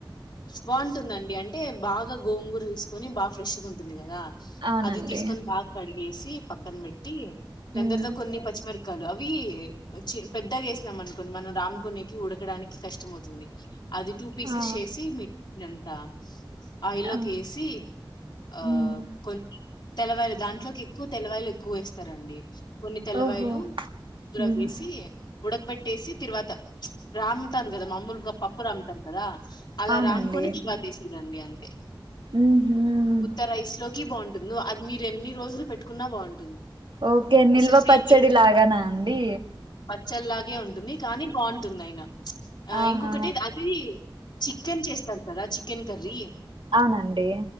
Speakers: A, on the left; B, on the right.
A: బాగుంటుందండి అంటే బాగా గోంగూర తీసుకొని బాగా ఫ్రెష్గా ఉంటుంది కదా
B: అవునండి
A: అది తీసుకొని బాగా కడిగేసి పక్కన పెట్టి దంతర్తో
B: హ్మ్.
A: కొన్ని పచ్చిమిర క్కలు అవి పెద్దగా వేసినాం అనుకోని మనం రామ్ కొనేకి ఉడకడానికి కష్టం తుంది అది టూ పీసెస్
B: ఆ
A: చేసి ఇదంతా ఆయిల్లోకి
B: ఆ
A: వేసి ఆ
B: హ్మ్.
A: కొంచం తెలవాయలు దాంట్లోకి ఎక్కు తెలవయలు ఎక్కువ వేస్తారండి కొన్ని తెల్లవాయలు
B: ఓహో
A: కూర
B: హ్మ్.
A: వేసి ఉడకబెట్టేసి తరువాత రామ్తారు కదా మామూలుగా పప్పు రామ్తారు కదా అలా
B: అవునండి
A: రామ్ కొని కివా తీసేదండి అంటే
B: ఉహు
A: ఉత్తరాయిస్ లోకి బాగుంటుంది వ్ అది మీరు ఎన్ని రోజులు పెట్టుకున్నా బాగుంటుంది
B: ఓకే నిల్వ
A: అసలు సేమ్
B: పచ్చడి లాగానా అండి
A: చ్చల్లాగే ఉంటుంది కానీ బాగుంటుంది ఆయన ఆ
B: ఆహా
A: ఇంకొకటి అది చికెన్ చేస్తారు కదా చికెన్ కర్రీ
B: అవునండి